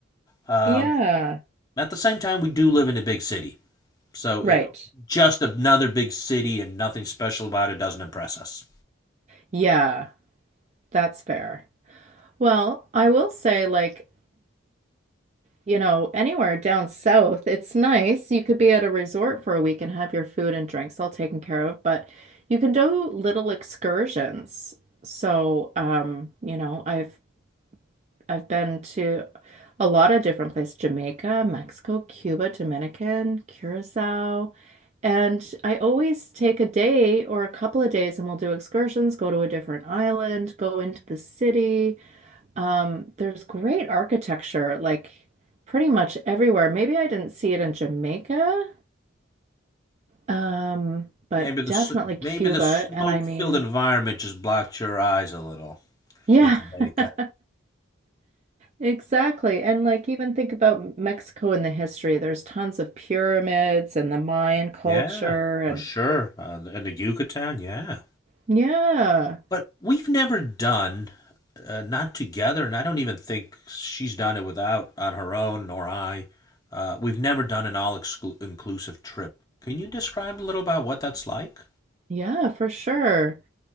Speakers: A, on the left; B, on the right.
A: Um,
B: Yeah,
A: at the same time, we do live in a big city. So
B: right.
A: it, just another big city and nothing special about it doesn't impress us.
B: Yeah, that's fair. Well, I will say, like, you know, anywhere down south, it's nice. You could be at a resort for a week and have your food and drinks all taken care of, but you can do little excursions. So, um, you know, I've I've been to a lot of different places, Jamaica, Mexico, Cuba, Dominican, Curacao. And I always take a day or a couple of days and we'll do excursions, go to a different island, go into the city. Um, there's great architecture, like pretty much everywhere. Maybe I didn't see it in Jamaica, um, but
A: Maybe the
B: definitely
A: s-
B: Cuba.
A: maybe the smoke-filled
B: And I mean,
A: environment just blocked your eyes a little
B: yeah.
A: in Jamaica.
B: <laughs> Exactly. And like even think about Mexico in the history. There's tons of pyramids and the Mayan culture
A: Yeah,
B: and
A: for sure. Uh, in the Yucatan, yeah.
B: yeah.
A: But we've never done, uh, not together, and I don't even think she's done it without on her own, nor I. Uh, we've never done an all-inclusive trip. Can you describe a little about what that's like?
B: Yeah, for sure.